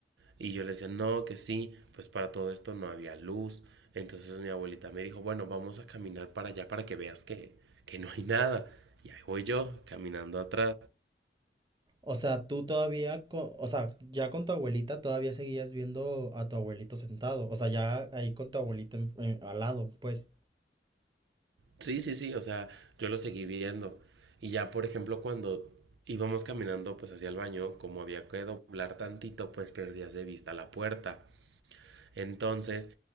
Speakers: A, on the right; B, on the right.
A: Y yo le decía, no, que sí, pues para todo esto no había luz. Entonces mi abuelita me dijo, bueno, vamos a caminar para allá para que veas que, que no hay nada. Y ahí voy yo, caminando atrás.
B: O sea, tú todavía, co- o sea, ya con tu abuelita todavía seguías viendo a tu abuelito sentado. O sea, ya ahí con tu abuelita en- en- al lado, pues.
A: Sí, sí, sí, o sea, yo lo seguí viendo. Y ya, por ejemplo, cuando íbamos caminando pues hacia el baño, como había que doblar tantito, pues perdías de vista la puerta. Entonces,